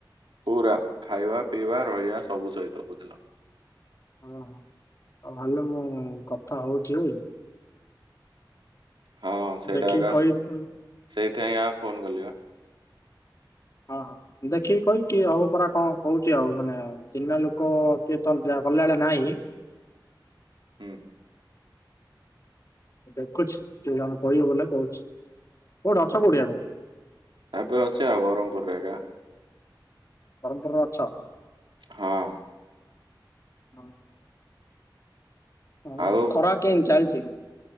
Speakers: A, on the right (about 85°); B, on the left (about 45°).
A: ପୁରା ଖାଇବା ପିଇବା ରହିବା ସବୁ ସହିତ ବୁଝିଲ।
B: ଓ ହୋ ଭଲ ମୁଁ କଥା ହଉଛି।
A: ହଁ ସେଇଟା
B: ଦେଖିକି
A: ଏକା
B: କହି ଆଉ
A: ସେଇଥିପାଇଁ ଆ ଫୋନ କଲି ବା।
B: ହଁ ଦେଖିକି କହିକି ହଉ ପରା କଣ କହୁଛି ଆଉ ମାନେ ଚିହ୍ନା ଲୋକ କିଏ ତ ଗଲାବେଳେ ନାହିଁ।
A: ହୁଁ।
B: ଦେଖୁଛି କଣ କହିବ ବଲେ କହୁଛି କୋଉଠି ଅଛ କୋଉଠି ଏବେ?
A: ଏବେ ଅଛି ଆଉ ବାରହମ୍ ପୂର୍ ରେ ଏକା।
B: ବ୍ରହମପୁରରେ ଅଛ?
A: ହଁ।
B: ହଁ। ହଉ
A: ଆଉ
B: ଖରା କେନ୍ ଚାଲିଚି?